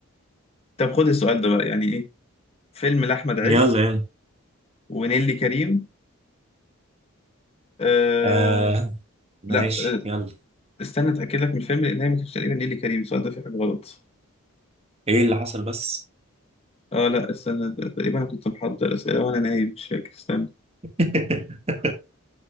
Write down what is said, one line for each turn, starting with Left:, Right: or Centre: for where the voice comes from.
Left: طب خد السؤال ده بقى يعني إيه فيلم لأحمد عز
Right: يلا يلا
Left: ونيلي كريم آه
Right: آه ماشي
Left: لا آه
Right: يلا
Left: استنى أتأكد لك من الفيلم لأن هي ما كانتش تقريبا نيلي كريم السؤال ده فيه حاجة غلط
Right: ايه اللي حصل بس
Left: آه لا استنى ده- تقريبا أنا كنت محضر الأسئلة وأنا نايم مش فاكر استنى
Right: <laughs>